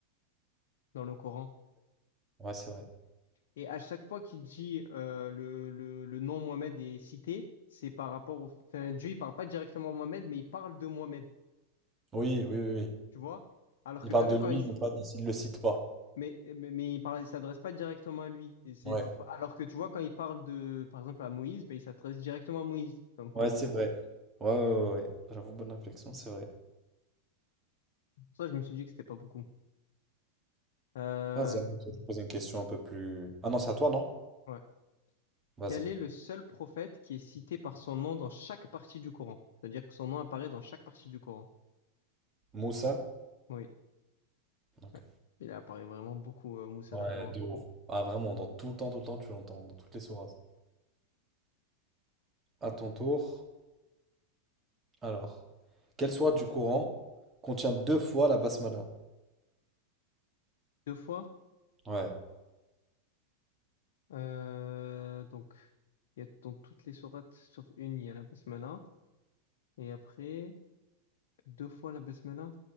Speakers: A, on the left; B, on the right.
A: dans le Coran.
B: Ouais, c'est vrai.
A: Et à chaque fois qu'il dit euh, le, le, le nom Mohamed est cité, c'est par rapport au. Enfin, Dieu, il parle pas directement à Mohamed, mais il parle de Mohamed.
B: Oui, oui, oui, oui.
A: Tu vois? Alors
B: Il
A: que
B: parle
A: tu as vu
B: de
A: quand
B: lui,
A: il. s-
B: mais pas, de- il le cite pas.
A: Mais, mais, mais il parle, il s'adresse pas directement à lui. Et c'est
B: Ouais.
A: pas- alors que tu vois, quand il parle de, par exemple, à Moïse, ben, il s'adresse directement à Moïse dans le Coran.
B: Ouais, c'est vrai. Ouais, ouais, ouais. ouais. J'avoue, bonne réflexion, c'est vrai.
A: Pour ça, je me suis dit que c'était pas beaucoup. Euh,
B: Vas-y, à mon tour, je vais poser une question un peu plus. Ah non, c'est à toi, non?
A: ouais.
B: Vas-y.
A: Quel est le seul prophète qui est cité par son nom dans chaque partie du Coran? C'est-à-dire que son nom apparaît dans chaque partie du Coran.
B: Moussa?
A: Oui,
B: Ok.
A: ouais. Il apparaît vraiment beaucoup, euh, Moussa,
B: Ouais,
A: dans le Coran.
B: de ouf. Ah, vraiment, dans tout le temps, tout le temps, tu l'entends, dans toutes les sourates. À ton tour. Alors. Quelle sourate du Coran contient deux fois la basmala?
A: Deux fois.
B: Ouais,
A: Euh, donc, il y a dans toutes les sourates, sauf une, il y a la basmala. Et après, deux fois la basmala.